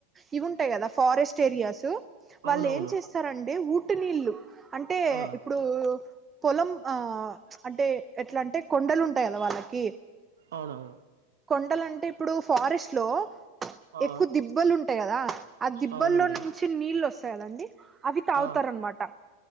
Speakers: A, on the right; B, on the right.
A: ఇ ఉంటాయి కదా ఫారెస్ట్ ఏరియాస్ వాళ్ళు
B: అవునవును
A: ఏం చేస్తారాంటే ఉట్టి నీళ్ళు అంటే
B: ఆ
A: ఇప్పుడు పొలం ఆ అంటే ఎట్లా అంటే కొండలు <unintelligible> వాళ్ళకి
B: అవునవును
A: కొండలంటే ఇప్పుడు ఫారెస్ట్ లో
B: ఆ
A: ఎక్కువ దిబ్బలు ఉంటాయ్ గాదా, ఆ దిబ్బల్లో
B: అవునండి
A: నుంచి నీళ్ళు వసయ్ అదండి. అవి తావత్
B: ఆ
A: కొర్రన్ మాట